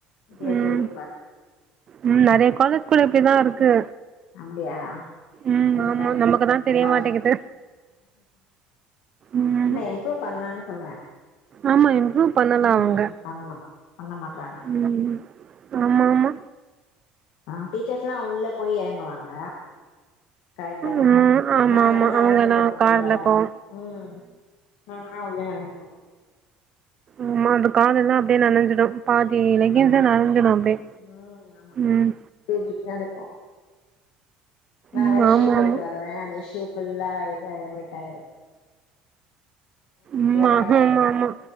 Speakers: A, on the left; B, on the right.
A: இது எப்டி
B: ம்
A: இருக்கு பார்
B: ம் நெறைய காலேஜ்குள்ள இப்டிதா இருக்கு
A: அப்டியா
B: ம்
A: எது
B: ஆமா
A: பையனுக்கு
B: நமக்குதா
A: இந்த
B: தெரிய
A: காலேஜ்
B: மாட்டேங்குது ம்
A: இல்ல இம்ப்ரூவ் பண்லான் சொல்றே
B: ஆமா இம்ப்ரூவ் பண்ணலா
A: ம்
B: அவுங்க
A: பண்லா பண்ண மாட்றாங்க
B: ம் ஆமா ஆமா
A: ஆ டீச்சர்ஸ்ல்லா உள்ள போய் எறங்குவாங்க கரெக்ட் தானே
B: ம் ஆமா
A: நாங்க
B: ஆமா
A: தா நடந்துட்டு
B: அவங்கல்லா
A: போனோ
B: கார்ல
A: உள்ள
B: போவோ
A: ம் நாமதா உள்ள நடந்து போணு
B: சும்மா அந்த கால் எல்லா அப்டியே
A: ம்
B: நனைஞ்சிடு பாதி லெகின்ஸ்சு
A: ஆமா
B: நனைஞ்சிடு அப்டியே
A: ம் ஆமா
B: ம்
A: தூக்கிட்டு நடப்போ நா
B: ம்
A: வேற
B: ஆமா
A: ஷூ போட்டுட்டு
B: ஆமா
A: வருவே அதே ஷூ ஃபுல்லா இதா வெட் ஆயிடு
B: ம் ஆஹா
A: காயாது
B: ம்
A: அது
B: ஆமா